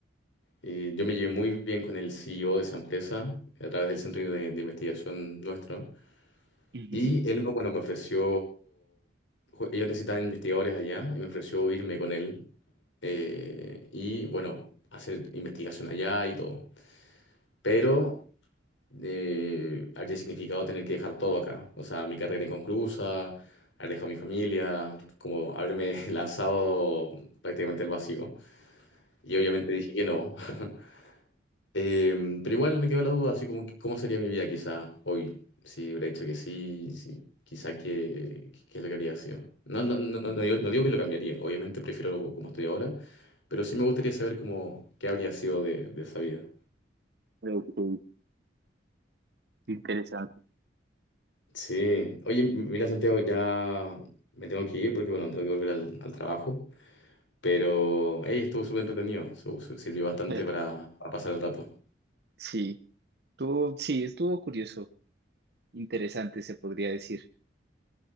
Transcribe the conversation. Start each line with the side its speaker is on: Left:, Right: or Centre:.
Left: Y yo me llevé muy bien con el CEO de esa empresa a través del centro de, de investigación nuestro.
Right: Ujú.
Left: Y él, bueno, me ofreció, ju- ellos necesitaban investigadores allá y me ofreció irme con él eh, y, bueno, hacer investigación allá y todo. Pero eh, habría significado tener que dejar todo acá. O sea, mi carrera inconclusa, haber dejado a mi familia, como haberme <laughs> lanzado prácticamente al vacío. Y obviamente dije que no. <laughs> Eh, pero igual me quedó la duda, así como, ¿cómo sería mi vida quizá hoy? Si hubiera dicho que sí, si quizá qué qué es lo que habría sido. No, no, no, no, no digo, no digo que lo cambiaría, obviamente prefiero como estoy ahora, pero sí me gustaría saber cómo, qué habría sido de, de esa vida.
Right: Ok. Interesante.
Left: Sí, oye, m- mira Santiago, ya me tengo que ir porque bueno, tengo que volver al, al trabajo, pero hey, estuvo súper entretenido, su- su- sirvió bastante
Right: <laughs>
Left: para, para pasar el rato.
Right: Sí, estuvo, sí, estuvo curioso, interesante se podría decir.